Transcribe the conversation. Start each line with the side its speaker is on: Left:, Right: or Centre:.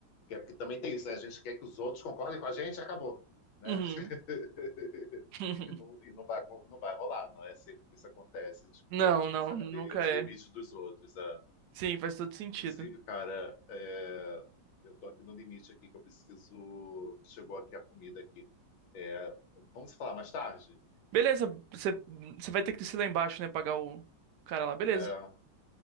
Left: quer, porque também tem isso, né? A gente quer que os outros concordem com a gente, acabou, né?
Right: Uhum.
Left: <laughs>
Right: <laughs>
Left: E não, e não vai, não vai rolar, não é sempre que isso acontece. Tipo,
Right: Não,
Left: a gente tem
Right: não,
Left: que saber
Right: nunca
Left: os
Right: é.
Left: limites dos outros. ah.
Right: Sim, faz todo sentido.
Left: Inclusive, cara, é, eu tô aqui no limite aqui que eu preciso. Chegou aqui a comida aqui. É, Vamos falar mais tarde?
Right: Beleza, você você vai ter que descer lá embaixo, né? Pagar o o cara lá. Beleza,
Left: É,